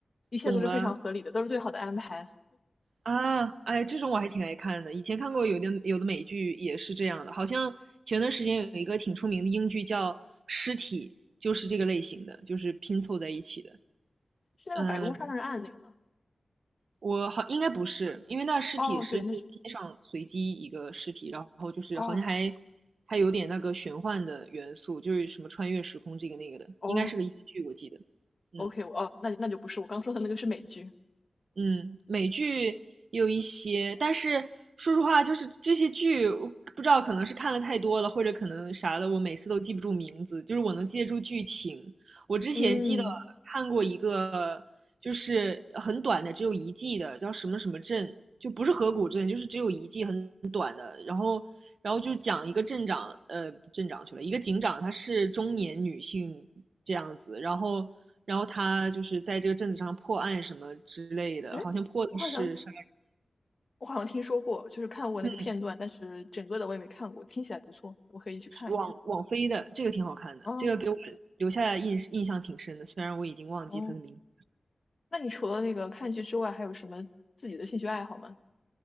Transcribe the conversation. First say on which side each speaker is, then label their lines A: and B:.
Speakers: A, on the left; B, on the right.
A: 一切都是非常合理的，
B: 懂了
A: 都是最好的安排，
B: 啊，哎，这种我还挺爱看的。以前看过有的有的美剧也是这样的，好像前段时间有一个挺出名的英剧叫《尸体》，就是这个类型的，就是拼凑在一起的。
A: 是那个白宫杀人案那个吗？
B: 嗯我好应该不是，因为那尸体是就是街上随机一个尸体，
A: 哦，对，那是，
B: 然后就是好像还
A: 哦
B: 还有点那个玄幻的元素，就是什么穿越时空这个那个的，
A: 哦。
B: 应该是个英剧，我记得。嗯
A: OK，我哦，那那就不是我刚说的那个是美剧。
B: 嗯，美剧也有一些，但是说实话，就是这些剧，我不知道可能是看了太多了，或者可能啥的，我每次都记不住名字，就是我能记得住剧情。我之前记得看过一个就是很短的，
A: 嗯，
B: 只有一季的，叫什么什么镇，就不是河谷镇，就是只有一季很短的。然后，然后就讲一个镇长，呃，镇长去了，一个警长，她是中年女性这样子，然后，然后她就是在这个镇子上破案什么之类的，
A: 哎，
B: 好像破的是啥？
A: 我好像我好像听说过，就是看过那个片段，
B: 嗯，
A: 但是整个的我也没看过，听起来不错，我可以去看一下。
B: 是网网飞的，这个挺好看的，
A: 哦
B: 这个给我留下印印象挺深的，虽然我已经忘记她的名字。
A: 哦，那你除了那个看剧之外，还有什么自己的兴趣爱好吗？